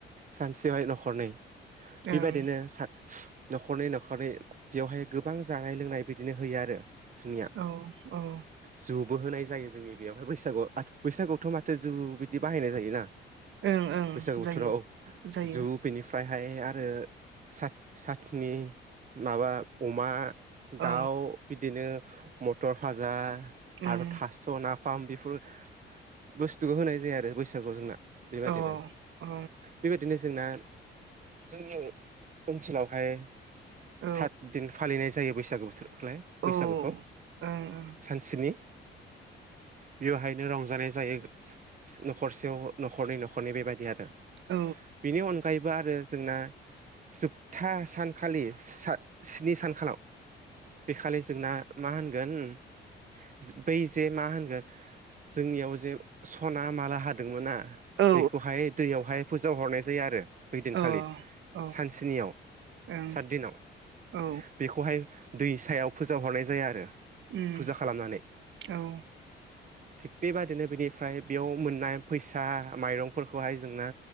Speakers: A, on the right; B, on the right.
A: सानसेयावहाय न खरनै बेबायदिनो
B: ओं
A: सा न'खरनै न'खरनै बेवहाय गोबां जानाय लोंनाय बिदिनो होयो आरो। जोंनिया
B: औ औ
A: जु बोहोनाय जायो जोंनि बेयावहाय बैसागु बैसागुआवथ' माथो जु बिदि बाहायनाय जायोना।
B: ओं ओं
A: बैसागु
B: जायो
A: बोथोराव
B: जायो
A: जु बेनिफ्राय ओमफ्राय आरो सा-साखनि माबा अमा दाउ
B: औ
A: बिदिनो मथर भाजा
B: ओं
A: आरो थास' ना फाम बेफोर बुस्थुखौ होनाय जाया आरो बैसागुआव जोंना। बेबायदिनो
B: औ औ
A: बेबायदिनो जोंना जोंनि ओनसोलावहाय सात
B: औ
A: दिन फालिनाय जायो बैसागो बोथोरखौलाय बैसागोखौ
B: औ ओं ओं
A: सानसेनि बेवहायनो रंजानाय जायो न'खरसेयाव न'खरनि-न'खरनि बेबायदि आरो
B: औ
A: बिनि अन जायोबा आरो जोंना जोबथा सानखालि स्नि सानखालाव बेखालि जोंना मा होनगोन उम बै जे मा होनगोन जोंनियाव जे स'ना माला हादोंमोना बैखौहाय
B: औ
A: दैयावहाय फोजाव हरनाय जायो आरो बै दिनखालि
B: औ औ
A: सान स्नियाव
B: ओं
A: सात दिनाव।
B: औ
A: बेखौहाय दै सायाव फोजाहरनाय जायो आरो
B: उम
A: फुजा खालामनानै
B: औ
A: थिग बेबायदिनो बेनिफ्राय बेयाव मोननाय फैसा माइरंफोरखौहाय जोंना